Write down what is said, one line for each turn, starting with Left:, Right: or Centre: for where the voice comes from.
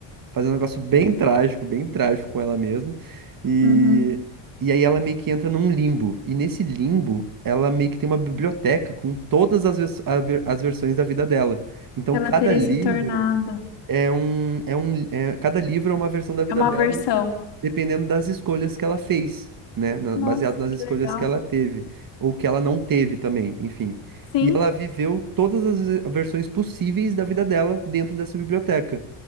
Right: fazendo um negócio bem trágico, bem trágico com ela mesma. E,
Left: uhum.
Right: e aí ela meio que entra num limbo. E nesse limbo, ela meio que tem uma biblioteca com todas as, vers- a ver- as versões da vida dela. Então
Left: Ela
Right: cada
Left: teria
Right: livro
Left: se tornado.
Right: é um, é um, é- cada livro é uma versão da vida
Left: É uma
Right: dela,
Left: versão.
Right: dependendo das escolhas que ela fez, né? Na-
Left: Nossa,
Right: baseado nas
Left: que
Right: escolhas
Left: legal.
Right: que ela teve, ou que ela não teve também, enfim.
Left: Sim.
Right: E ela viveu todas as ve- versões possíveis da vida dela dentro dessa biblioteca.